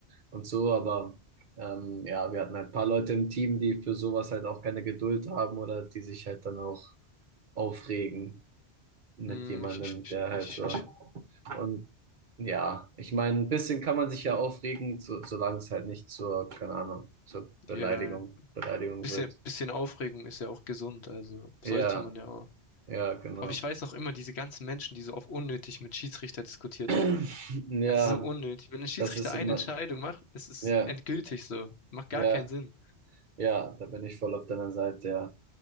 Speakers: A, on the right; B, on the left.
A: und so, aber ähm, ja, wir hatten halt ein paar Leute im Team, die für sowas halt auch keine Geduld haben oder die sich halt dann auch aufregen mit
B: Hm,
A: jemandem,
B: ich, ich, ich,
A: der halt
B: ich,
A: so.
B: ich,
A: Und Ja, ich meine, ein bisschen kann man sich ja aufregen, so, solange es halt nicht zur, keine Ahnung, zur Beleidigung,
B: ja,
A: Beleidigung
B: bisschen,
A: wird.
B: bisschen Aufregung ist ja auch gesund, also
A: Ja,
B: sollte man ja auch.
A: ja, genau.
B: Aber ich weiß noch immer, diese ganzen Menschen, die so oft unnötig mit Schiedsrichter diskutiert
A: <clears throat>
B: haben.
A: Ja,
B: Es ist so unnötig. Wenn ein Schiedsrichter
A: das ist
B: eine
A: immer,
B: Entscheidung macht, es ist
A: ja,
B: endgültig so. Macht gar
A: ja,
B: keinen Sinn.
A: ja, da bin ich voll auf deiner Seite, ja.